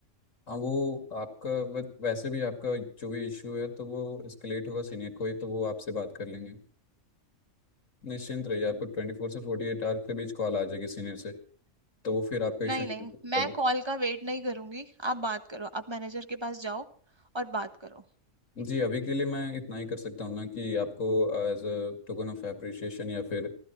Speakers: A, on the left (about 85°); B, on the right (about 20°).
A: हाँ वो आपका वै- वैसे भी आपका जो भी इशू है तो वो एस्केलेट होगा सीनियर को ही तो वो आपसे बात कर लेंगे निश्चिंत रहिए आपको ट्वेंटी फोर से फोर्टी एट आवर के बीच कॉल आ जाएगी सीनियर से तो वो फिर आपका इशू
B: नहीं नहीं
A: कर
B: मैं
A: दे
B: कॉल का वेट नहीं करूंगी आप बात करो आप मैनेजर के पास जाओ और बात करो
A: जी अभी के लिए मैं इतना ही कर सकता हूँ ना कि आपको as a token of appreciation या फिर